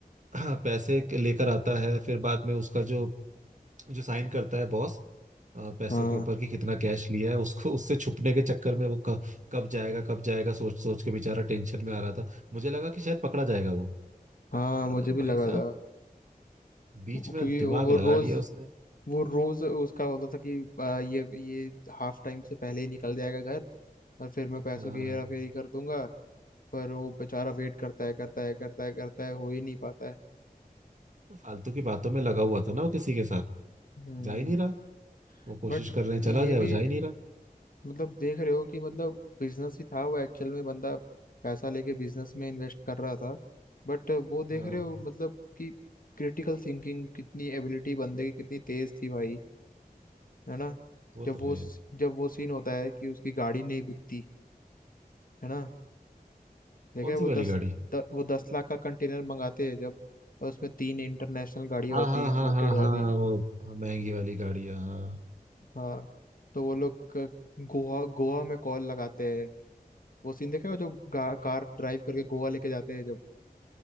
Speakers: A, on the right; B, on the left.
A: <clears throat> पैसे के- लेकर आता है फिर बाद में उसका जो जो साइन करता है बॉस अ, पैसों
B: हाँ
A: के ऊपर कि कितना कैश लिया है उसको उससे छुपने के चक्कर में वो क- कब जाएगा कब जाएगा सोच सोच के बेचारा टेंशन में आ रहा था मुझे लगा कि शायद पकड़ा जाएगा वो
B: हाँ
A: मगर
B: मुझे भी लगा
A: भाई साहब
B: था
A: बीच
B: क्योंकि
A: में दिमाग
B: वो रोज
A: लगा लिया उसने
B: वो रोज उसका होता था कि आ, ये ये हाफ टाइम से पहले ही निकल जाएगा घर और फिर मैं पैसों
A: हाँ
B: की हेरा फेरी कर दूंगा पर वो बेचारा वेट करता है करता है करता है करता है हो ही नहीं पाता है
A: तो फालतू की बातों में लगा हुआ था ना वो किसी के साथ
B: हम्म
A: जा ही नहीं रहा वो कोशिश
B: बट
A: कर रहे हैं चला
B: ये
A: जाए
B: भी
A: वो जा ही नहीं रहा
B: मतलब देख रहे हो कि मतलब बिजनेस ही था वो एक्चुअल में बंदा पैसा लेके बिजनेस में इन्वेस्ट कर रहा था बट वो देख
A: हाँ
B: रहे हो मतलब कि क्रिटिकल थिंकिंग कितनी एबिलिटी बंदे की कितनी तेज थी भाई है ना
A: वो
B: जब
A: तो
B: वो
A: है यार
B: जब वो सीन होता है कि उसकी गाड़ी नहीं बिकती है ना देखा
A: कौन
B: है
A: सी
B: वो दस
A: वाली गाड़ी
B: द, वो दस लाख का कंटेनर मंगाते हैं जब और उसमें तीन इंटरनेशनल गाड़ियां
A: हाँ
B: होती
A: हाँ
B: हैं इम्पोर्टेड
A: हाँ हाँ
B: वाली
A: हाँ वो हाँ, महंगी वाली गाड़ी है हाँ
B: हाँ तो वो लोग क- गोवा गोवा में कॉल लगाते हैं वो सीन देखा है वो जो गा, कार ड्राइव करके गोवा लेके जाते हैं जब